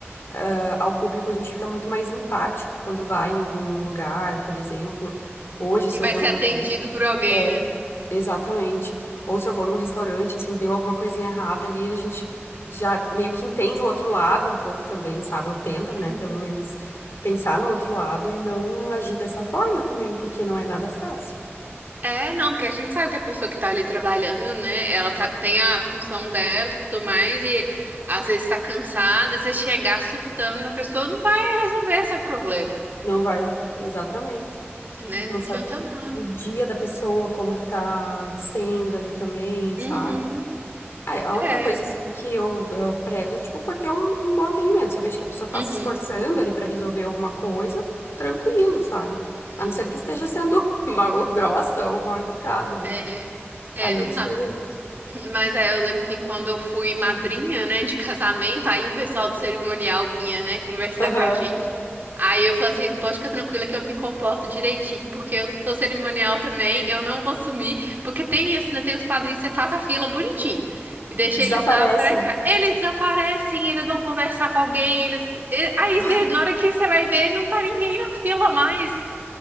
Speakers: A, on the left; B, on the right.
A: ah, ao público, a gente fica muito mais empático quando vai em algum lugar, por exemplo. Hoje, se
B: E vai
A: eu vou
B: ser
A: num
B: atendido
A: hotel
B: por alguém,
A: é,
B: né?
A: exatamente. Ou se eu vou num restaurante, assim, deu alguma coisinha errada ali, a gente já meio que entende o outro lado um pouco também, sabe? Ou tenta, né,
B: Uhum.
A: pelo menos pensar no outro lado e não agir dessa forma também, porque não é nada fácil.
B: É, não, porque a gente sabe que a pessoa que tá ali trabalhando, né, ela tá, tem a função dela e tudo mais, e às vezes tá cansada, e você chegar surtando na pessoa não vai resolver seu problema,
A: Não vai, exatamente.
B: né?
A: Então,
B: Não adianta
A: sabe que
B: nada.
A: o dia da pessoa, como que tá sendo ali também, sabe?
B: Uhum,
A: Ah, é, a única
B: é,
A: coisa assim, que eu, eu prezo é tipo por ter um, um bom atendimento. Se eu vejo que a pessoa tá
B: uhum,
A: se esforçando ali pra resolver alguma coisa, tranquilo, sabe?
B: sim,
A: A não ser que esteja sendo <laughs> mal grossa ou mal educada, né?
B: é, é,
A: Aí
B: não
A: é diferente.
B: dá. Mas aí eu lembro que quando eu fui madrinha, né, de casamento, aí o pessoal do cerimonial vinha, né, conversar
A: Aham.
B: com a gente. Aí eu falei assim, pode ficar tranquila que eu me comporto direitinho, porque eu sou cerimonial também, eu não vou sumir, porque tem isso, né, tem os padrinhos, você faz a fila bonitinho e deixa
A: Desaparecem.
B: eles lá pra entrar. Eles desaparecem, eles vão conversar com alguém, eles... e- Aí
A: Ai,
B: de- na hora que você vai ver, não tá ninguém na fila mais.